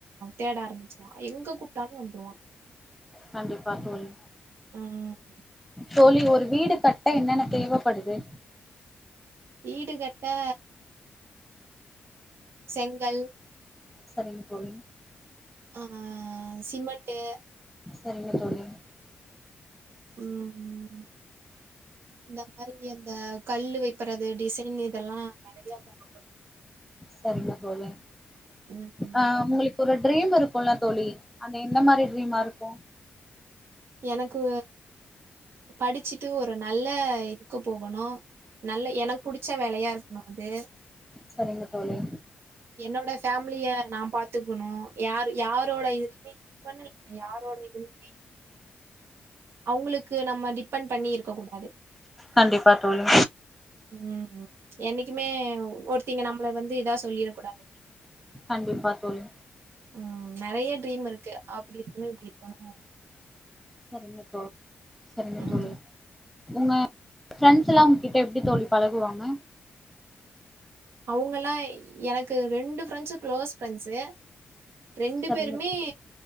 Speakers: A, on the right; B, in the centre.
A: தேட ஆரம்பிச்சிருவா எங்க கூப்ட்டானு வந்துருவா
B: கண்டிப்பா தோழி
A: ம் ம் ம்
B: தோழி ஒரு வீடு கட்ட என்னென்ன தேவப்படுது
A: வீடு கட்ட செங்கல்
B: செரிங்க தோழி
A: ஆ சிமெண்ட்டு
B: செரிங்க தோழி
A: ம் ம் இந்த மாரி அந்த கல்லு வைப்பறது டிசைன் இதெல்லா நெறையா தேவப்
B: சரிங்க தோழி
A: ம் ம்
B: ஆ உங்களுக்கு ஒரு ட்ரீம் இருக்கும்ல்ல தோழி அது எந்த மாரி ட்ரீமா இருக்கும்
A: எனக்கு படிச்சுட்டு ஒரு நல்ல இதுக்கு போகணும் நல்ல எனக்கு புடிச்ச வேலையா இருக்கணும் அது
B: சரிங்க தோழி
A: என்னோட ஃபேமிலிய நான் பாத்துக்கணும் யார் யாரோட இதுலயுமே பண்ணலண்ண யாரோட இதுலுமே அவங்களுக்கு நம்ம டிபெண்ட் பண்ணி இருக்க கூடாது
B: கண்டிப்பா தோழி
A: ம் என்னைக்குமே ஒருத்திங்க நம்மளை வந்து இதா சொல்லிட கூடாது
B: கண்டிப்பா தோழி
A: ம் நெறைய ட்ரீம் இருக்கு அப்டி இருக்கணும் இப்டி இருக்கணும்
B: சரிங்க ப்ரோ சரிங்க
A: ம்
B: தோழி உங்க ஃரெண்ட்ஸ் எல்லாம் உங்கட்ட எப்டி தோழி பழகுவாங்க
A: அவங்கல்லாம் எனக்கு ரெண்டு ஃப்ரெண்ட்ஸும் க்ளோஸ் ஃப்ரெண்ட்ஸு ரெண்டு
B: சரிங்க
A: பேருமே
B: தோழி